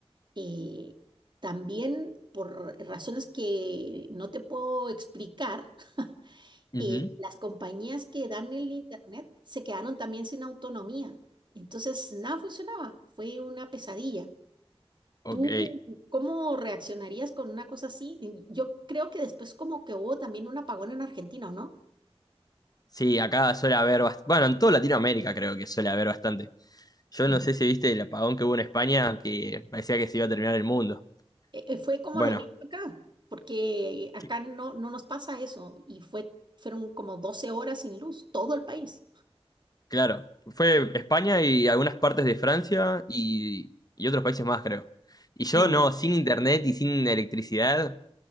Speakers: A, on the right; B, on the left.
A: eh, también por razones que no te puedo explicar,
B: Ujú,
A: eh, las compañías que dan el Internet se quedaron también sin autonomía. Entonces, nada funcionaba. Fue una pesadilla.
B: ok.
A: ¿Tú cómo reaccionarías con una cosa así? Y Yo creo que después como que hubo también un apagón en Argentina, ¿o ¿no?
B: Sí, acá suele haber bast- Bueno, en toda Latinoamérica creo que suele haber bastante. Yo
A: Mm.
B: no sé si viste el apagón que hubo en España, que parecía que se iba a terminar el mundo.
A: Eh, eh, fue como
B: Bueno,
A: lo mismo acá, porque acá
B: c-
A: no, no nos pasa eso. Y fue, fueron como 12 horas sin luz, todo el país.
B: claro, fue España y algunas partes de Francia y, y otros países más, creo. Y yo
A: Mm.
B: no, sin internet y sin electricidad,